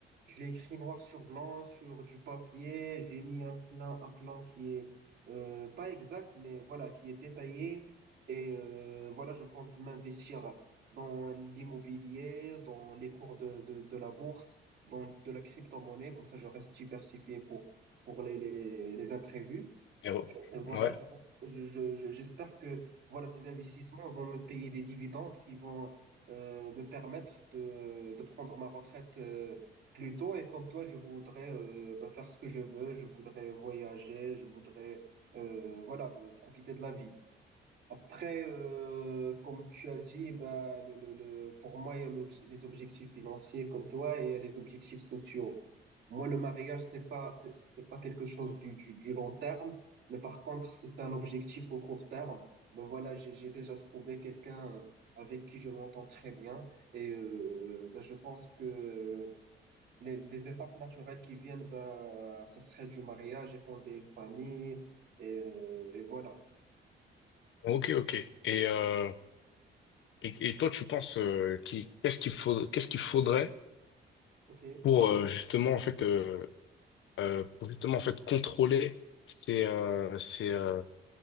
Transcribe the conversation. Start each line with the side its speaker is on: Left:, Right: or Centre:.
Right: je l'ai écrit noir sur blanc, sur du papier. J'ai mis un plan, un plan qui est euh, pas exact, mais voilà, qui est détaillé. Et euh, voilà, je compte m'investir dans l'immobilier, dans les cours de, de, de la bourse, dans de la crypto-monnaie. Comme ça, je reste diversifié pour, pour les, les, les les imprévus.
Left: Et re-
Right: Et voilà,
Left: Ouais.
Right: je, je, je- je- j'espère que voilà, ces investissements vont me payer des dividendes qui vont euh, me permettre de, de prendre ma retraite euh, plus tôt. Et comme toi, je voudrais euh, bah, faire ce que je veux. Je voudrais voyager. Je voudrais euh, voilà, euh, profiter de la vie. Après, euh, comme tu as dit, bah, le, le, le- pour moi, il y a l'obj- les objectifs financiers comme toi et il y a les objectifs sociaux. Moi, le mariage, c'est pas, c'est c'est- c'est pas quelque chose du, du, du long terme, mais par contre, c'est c'est un objectif au court terme. Ben voilà, j'ai, j'ai déjà trouvé quelqu'un euh, avec qui je m'entends très bien et euh, ben, je pense que les, les étapes naturelles qui viennent, bah, ça serait du mariage, et fonder une famille et, euh, et voilà.
Left: Ok, ok. Et, euh, et, et toi, tu penses euh, qui, qu'est-ce qu'il faut, qu'est-ce qu'il faudrait
Right: Ok.
Left: pour euh, justement en fait, euh, euh, pour justement en fait contrôler ces, euh, ces, euh,